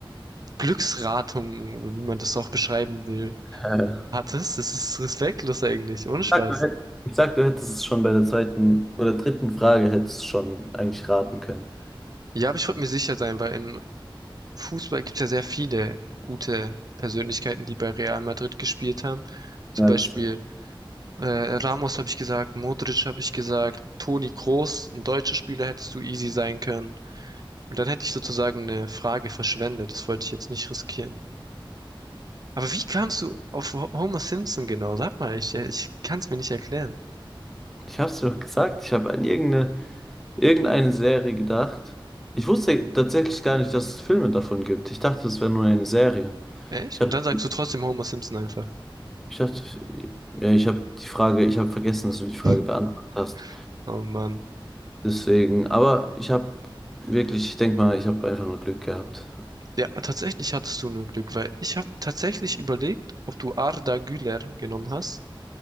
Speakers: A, on the right; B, in the centre.
A: Glücksratung, oder wie man das auch beschreiben will,
B: Äh,
A: Hat es? Das ist respektlos eigentlich. Ohne
B: ich
A: Spaß.
B: sag, du hätt- ich sag, du hättest es schon bei der zweiten oder dritten Frage hättest du es schon eigentlich raten können.
A: Ja, aber ich wollte mir sicher sein, weil in Fußball gibt es ja sehr viele gute Persönlichkeiten, die bei Real Madrid gespielt haben. Zum
B: Ja,
A: Beispiel
B: das stimmt.
A: äh, Ramos habe ich gesagt, Modric habe ich gesagt, Toni Kroos, ein deutscher Spieler hättest du easy sein können. Und dann hätte ich sozusagen eine Frage verschwendet. Das wollte ich jetzt nicht riskieren. Aber wie kamst du auf Ho- Homer Simpson genau? Sag mal, ich, äh, ich kann es mir nicht erklären.
B: Ich hab's dir doch gesagt, ich habe an irgendeine irgendeine Serie gedacht. Ich wusste tatsächlich gar nicht, dass es Filme davon gibt. Ich dachte, es wäre nur eine Serie.
A: Echt?
B: Ich hab,
A: Und dann sagst du trotzdem Homer Simpson einfach.
B: ich dachte, ja, ich habe die Frage, ich habe vergessen, dass du die Frage
A: <laughs>
B: beantwortet hast.
A: Oh Mann.
B: Deswegen, aber ich habe wirklich, ich denke mal, ich habe einfach nur Glück gehabt.
A: Ja, tatsächlich hattest du nur Glück, weil ich habe tatsächlich überlegt, ob du Arda Güler genommen hast